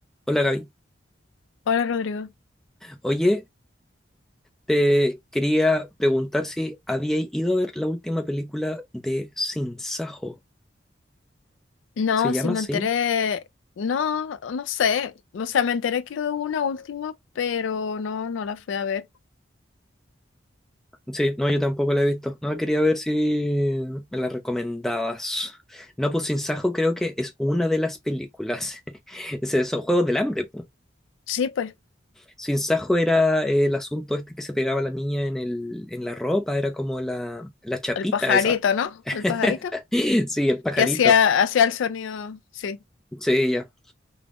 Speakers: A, in the centre; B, on the left (about 80°).
A: Hola Gaby.
B: Hola Rodrigo.
A: Oye, te quería preguntar si había ido a ver la última película de Sin Sajo.
B: No,
A: ¿Se llama
B: si me
A: así?
B: enteré, no, no sé, o sea, me enteré que hubo una última, pero no, no la fui a ver.
A: Sí, no, yo tampoco la he visto. No, quería ver si me la recomendabas. No, pues Sin Sajo creo que es una de las películas. <laughs> Ese- Son Juegos del Hambre, pues.
B: Sí, pues,
A: Sin Sajo era eh, el asunto este que se pegaba la niña en el, en la ropa, era como la, la chapita
B: el pajarito,
A: esa.
B: ¿no?
A: <laughs>
B: El pajarito,
A: Sí, el pajarito.
B: que hacía, hacía el sonido, sí.
A: Sí, ya.